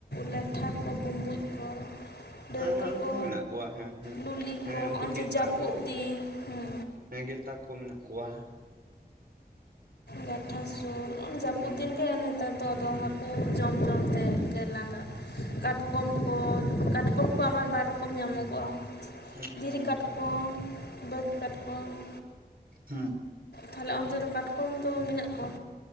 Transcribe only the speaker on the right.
ᱦᱮᱸ ᱦᱮᱸ ᱩᱱᱠᱩ
ᱦᱚᱸ ᱢᱮᱱᱟᱜ ᱠᱚᱣᱟ ᱦᱮᱸ ᱦᱩᱸ
ᱦᱮᱸ
ᱩᱱᱠᱩ ᱜᱮᱛᱟ
ᱠᱚ
ᱦᱮᱸ ᱜᱮᱛᱟ ᱠᱚ ᱢᱮᱱᱟᱜ ᱠᱚᱣᱟ ᱾
ᱦᱩᱸ
ᱦᱩᱸ
ᱦᱩᱸ
ᱦᱩᱸ,